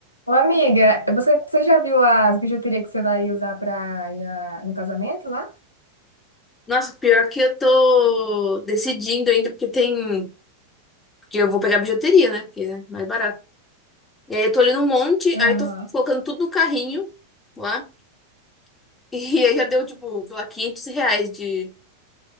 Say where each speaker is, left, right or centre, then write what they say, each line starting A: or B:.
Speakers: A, on the left; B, on the left.
A: Ô, amiga, você, você já viu as bijuterias que você vai usar pra ir na- no casamento lá?
B: Nossa, pior que eu tô decidindo ainda, porque tem. Porque eu vou pegar bijuteria, né? Porque é mais barato. E aí eu tô olhando um monte,
A: Aham.
B: aí eu tô colocando tudo no carrinho lá. <laughs> E aí já deu, tipo, sei lá, 500 reais de,